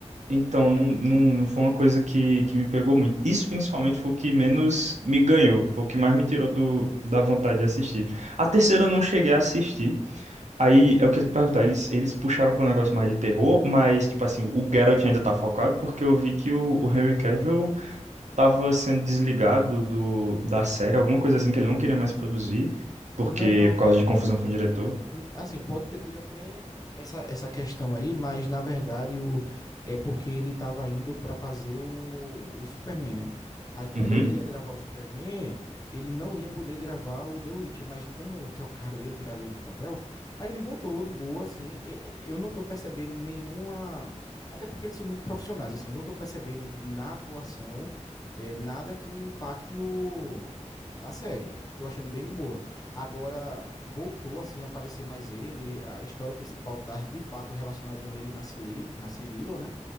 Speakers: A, on the right (about 70°); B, on the left (about 30°).
A: Então, não, não, não foi uma coisa que, que me pegou muito. Isso principalmente foi o que menos me ganhou, foi o que mais me tirou do, da vontade de assistir. A terceira eu não cheguei a assistir. Aí eu queria te perguntar, eles, eles puxaram para um negócio mais de terror, mas tipo assim, o Geralt ainda tá focado, porque eu vi que o, o Henry Cavill tava sendo desligado do, da série, alguma coisa assim que ele não queria mais produzir, porque
B: Não, não,
A: por causa
B: é,
A: de confusão com o diretor.
B: N- Assim, pode ter tido até essa, essa questão aí, mas na verdade o, é porque ele estava indo para fazer o, o Superman, né? Aí, como
A: Uhum,
B: ele ia gravar o Superman, ele não ia poder gravar o The Witcher, mas como trocaram ele, tiraram ele do papel, aí ele voltou de boa, assim. e- e- Eu não tô percebendo nenhuma. Até porque eles são muito profissionais, assim, eu não tô percebendo na atuação eh, nada que impacte o, a série. Tô achando bem de boa. Agora voltou assim a aparecer mais ele, a história principal da, de fato relacionada nele na, Ciri, na Cirila, né?